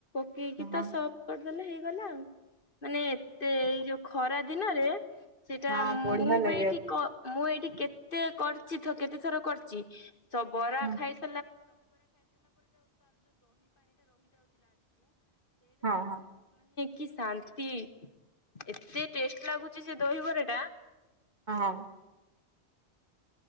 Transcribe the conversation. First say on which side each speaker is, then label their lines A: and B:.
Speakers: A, on the left; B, on the right.
A: <inaudible>
B: ହଁ
A: <inaudible>
B: ହଁ ବଢିଆ ଲାଗେ
A: <inaudible>
B: ହଁ
A: <inaudible> <inaudible> ମାନେ
B: ହଁ ହଁ
A: କି ଶାନ୍ତି ଏତେ ଟେଷ୍ଟ୍ ଲାଗୁଚି ସେ ଦହିବରା ଟା
B: ହଁ।